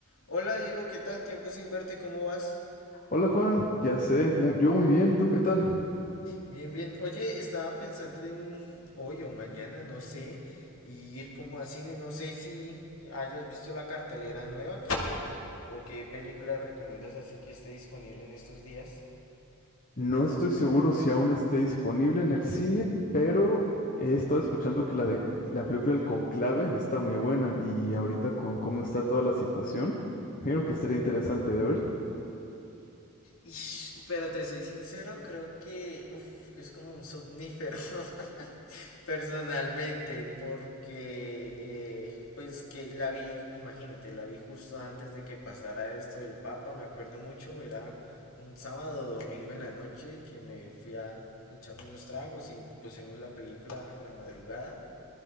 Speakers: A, on the left; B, on the left.
A: Hola Diego, ¿qué tal? Tiempo sin verte, ¿cómo vas?
B: Hola Juan, ya sé, mu- yo muy bien, ¿tú qué tal?
A: Bien, bien. Oye, estaba pensando en hoy o mañana, no sé, y ir como a cine, no sé si hayas visto la cartelera nueva que, o qué película recomiendas así que esté disponible en estos días.
B: No estoy seguro si aún esté disponible en el cine, pero he estado escuchando que la de la película El Conclave está muy buena y ahorita con cómo está toda la situación, creo que estaría interesante de ver.
A: Ish, pero te soy sincero, creo que uf, es como un somnífero. <laughs> personalmente porque eh, pues que la vi, imagínate, la vi justo antes de que pasara esto del Papa, me acuerdo mucho, era un sábado o domingo en la noche que me fui a echarme unos tragos y pusimos la película en la madrugada